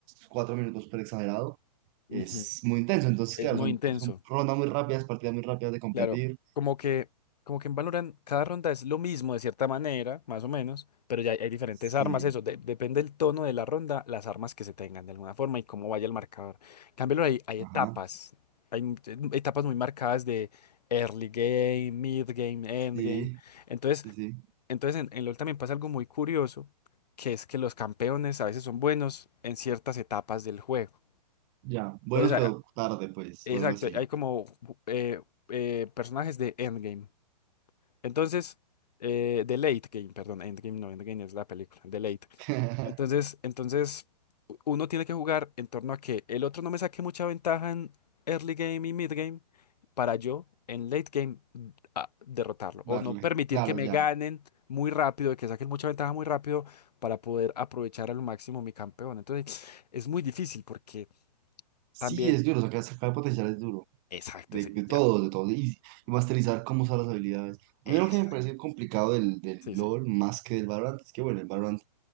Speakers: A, on the right; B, on the left.
A: 4 minutos por exagerado
B: Ujú.
A: es muy intenso. Entonces,
B: Es
A: claro,
B: muy
A: son,
B: intenso.
A: son rondas muy rápidas, partidas muy rápidas de competir.
B: Claro, como que, como que en Valorant cada ronda es lo mismo de cierta manera, más o menos, pero ya hay, hay diferentes
A: Sí,
B: armas, eso, de- depende del tono de la ronda, las armas que se tengan de alguna forma y cómo vaya el marcador. En cambio, ahora hay, hay
A: ajá,
B: etapas, hay m- eh, etapas muy marcadas de early game, mid game,
A: sí,
B: end game. Entonces,
A: sí, sí.
B: entonces en, en LoL también pasa algo muy curioso, que es que los campeones a veces son buenos en ciertas etapas del juego.
A: Ya, buenos
B: Entonces, a-
A: pero tarde, pues,
B: exacto,
A: o algo así.
B: hay como eh, eh, personajes de endgame. Entonces, eh, The Late Game, perdón, Endgame no, Endgame es la película, The Late.
A: <laughs>
B: Entonces, entonces, u- uno tiene que jugar en torno a que el otro no me saque mucha ventaja en early game y mid game para yo en late game mm, a- derrotarlo
A: Darle,
B: o no permitir
A: claro,
B: que me
A: ya.
B: ganen muy rápido, que saquen mucha ventaja muy rápido para poder aprovechar al máximo mi campeón. Entonces, es muy difícil porque
A: Sí,
B: también...
A: es duro, sacar, sacar potencial es duro,
B: Exacto,
A: de,
B: sí,
A: de
B: ya.
A: todos, de todos, y, y masterizar cómo usar las habilidades.
B: Exacto.
A: A mí lo que me parece complicado del, del
B: Sí,
A: LoL
B: sí,
A: más que del Valorant es que, bueno, el Valorant,